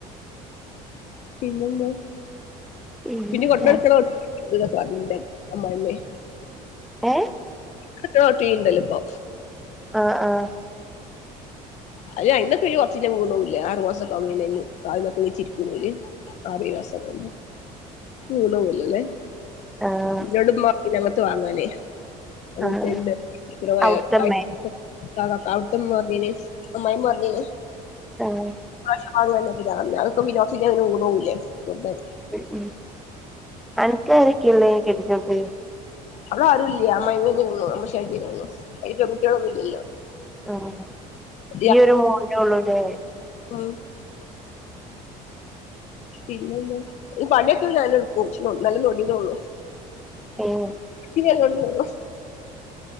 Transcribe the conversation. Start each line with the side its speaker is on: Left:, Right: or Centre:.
Left: പിന്നെന്താ?
Centre: പിന്നെന്താ
Left: പിന്നെ കൊണ്ടട്ക്കണം. <unintelligible> അമ്മായിമ്മെ.
Centre: ഏഹ്.
Left: <unintelligible> തോട്ടീ ണ്ടല്ലൊ ഇപ്പൊ.
Centre: ആഹ് ആഹ്.
Left: അയ്ന് അയ്ന്നൊക്കെ കൊറച്ച് കഴിഞ്ഞാ വൂണോവൂലേആറു മാസക്കാവുന്നന്നെ കാലും താത്തി നീച്ചിരിക്കൂലേ ഓൽ. ആറേഴ് മാസാവുമ്പോ വീണോവല്ലൊലേ.
Centre: ആഹ്
Left: ഇന്നോട്മ്മ ർഞ്ഞീനി അങ്ങത്ത് വാങ്ങാനേ. അങ്ങൻതന്നെ.
Centre: ആഹ്
Left: <unintelligible>
Centre: അവ്ട്ത്തമ്മേ
Left: കാ കാ കാ അവിട്ത്തെ മ്മ ർഞ്ഞീനി അമ്മായിമ്മ പർഞ്ഞീനി
Centre: ആഹ്
Left: ഈ മാസം വാങ്ങാന്ന്. <unintelligible> വെർതേണ്.
Centre: ഉം അൻക്കാരൊക്കെള്ളെ കെട്ടിച്ചോട്ത്ത്.
Left: അവിടെ ആരും ഇല്ല്യ അമ്മയിമ്മേനൊള്ളു അമ്മശാങ്കേ നൊള്ളു. അയ്ന് പെൺകുട്ട്യാളൊന്നും ഇല്ലല്ലോ.
Centre: ആഹ്
Left: <inaudible>
Centre: ഈ ഒരു മോനേ ഉള്ളൂല്ലേ
Left: ഉം പിന്നെന്താ പണിയൊക്കെ ഞാനെന്നെ എടുക്കും നല്ലം നൊടിന്നൊള്ളു.
Centre: ഉം
Left: <unintelligible>